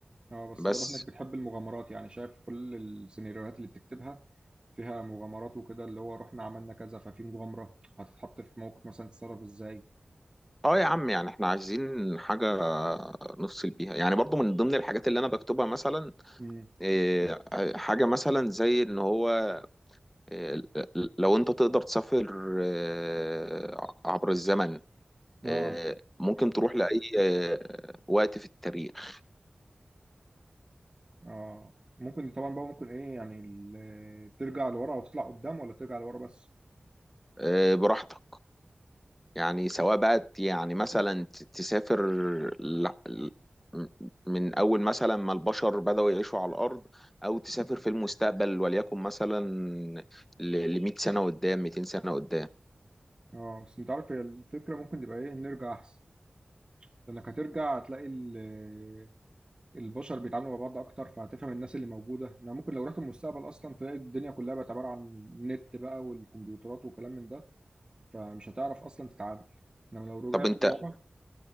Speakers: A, on the right (about 25°); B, in the centre.
A: اه بس
B: بس
A: واضح انك بتحب المغامرات يعني شايف كل السيناريوهات اللي بتكتبها فيها مغامرات وكده اللي هو رحنا عملنا كذا ففي مغامرة هتتحط في موقف مثلا تتصرف ازاي
B: اه يا عم يعني احنا عايزين حاجة نفصل بيها يعني برضو من ضمن الحاجات اللي انا بكتبها مثلا
A: امم
B: آه، حاجة مثلا زي ان هو آه، لو انت تقدر تسافر آه، عبر الزمن
A: اه
B: آه، ممكن تروح لأي آه، وقت في التاريخ
A: اه ممكن طبعا بقى ممكن ايه يعني ال- آه، ترجع لورا وتطلع قدام ولا ترجع لورا بس
B: آه، براحتك يعني سواء بقى ت- يعني مثلا ت- تسافر ل- ل- من أول مثلا ما البشر بدأوا يعيشوا على الأرض أو تسافر في المستقبل وليكن مثلا ل 100 سنة قدام 200 سنة قدام
A: اه بس انت عارف هي الفكرة ممكن تبقى ايه نرجع احسن لانك هترجع هتلاقي ال- آه، البشر بيتعاملوا مع بعض اكتر فهتفهم الناس اللي موجودة انا ممكن لو رحت المستقبل اصلا تلاقي الدنيا كلها بقت عبارة عن نت بقى والكمبيوترات وكلام من ده فمش هتعرف اصلا تتعامل انما لو رجعت
B: طب أنت
A: لورا